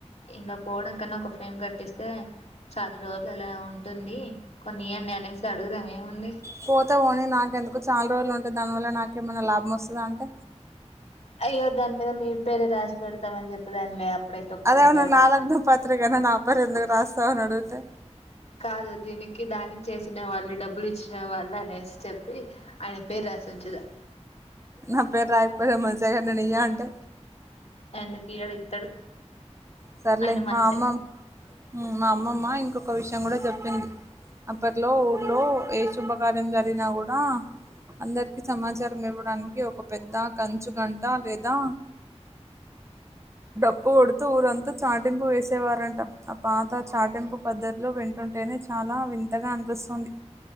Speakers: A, on the left; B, on the right.
A: ఇలా పోవడం కన్నా ఒక ఫ్రేమ్ కట్టిస్తే చాలా రోజులు అలా ఉంటుంది కొన్ని ఇయ్యండి అనేసి అడుగుదాం ఏముంది
B: పోతే పోనీ నాకెందుకు చాలా రోజులు ఉంటె దానివల్ల నాకేమైనా లాభం వస్తదా అంటే
A: అయ్యో దాని మీద మీ పేరే రాసి పెడతమని చెప్పుదాంలే అప్పుడైతే ఒప్పుకుంటాడు
B: అదేమన్న నా లగ్నపత్రికనా నా పేరు ఎందుకు రాస్తవని అడుగుతే
A: కాదు దీనికి దానం చేసిన వాళ్ళు డబ్బులు ఇచ్చిన వాళ్ళు అనేసి చెప్ ప్పి ఆయన పేరు రాసి ఉంచుదాం
B: నా పేరు రాయకపోయిన మంచిదే కానీ నేనియ్య అంటే
A: ఎందుకియ్యడు ఇత్తడు
B: సరలే
A: ఆయన
B: మా
A: మంచి
B: అమ్మమ్
A: ఆయన
B: ఉ మా అమ్మమ్మ ఇంకొక విషయం కూడా చెప్పింది అప్పట్లో ఊర్లో ఏ శుభకార్యం జరిగినా కూడా అందరికి సమాచారం ఇవ్వడానికి ఒక పెద్ద కంచుగంట లేదా డప్పు కొడుతూ ఊరంత చాటింపు వేసేవారంట ఆ పాత చాటింపు పద్ధతిలో వింటుంటేనే చాలా వింతగా అనిపిస్తుంది